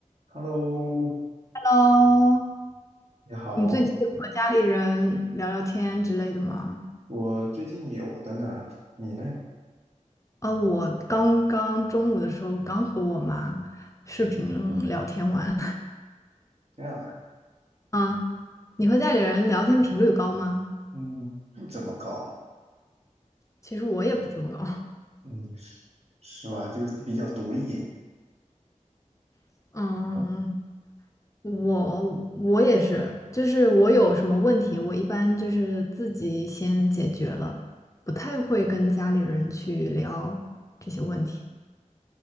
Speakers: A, on the right; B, on the left.
A: Hello，
B: 喽，
A: 你好，
B: 你最近有和家里人聊聊天之类的吗？
A: 我最近有的呢，你呢？
B: 啊，我刚刚中午的时候刚和我妈视频嗯聊天完。
A: 这样啊，
B: <laughs> 啊，你和家里人聊天频率高吗？
A: 嗯，不怎么高，
B: 其实我也不怎么高。
A: 嗯，是是吧？就比较独立，
B: <laughs> 嗯，我我也是，就是我有什么问题，我一般就是自己先解决了，不太会跟家里人去聊这些问题。